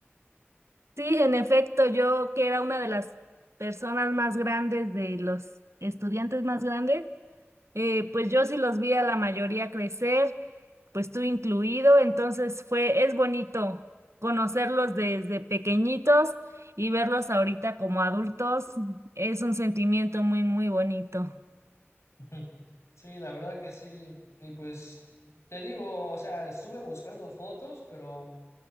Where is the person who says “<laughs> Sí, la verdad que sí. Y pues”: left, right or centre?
Left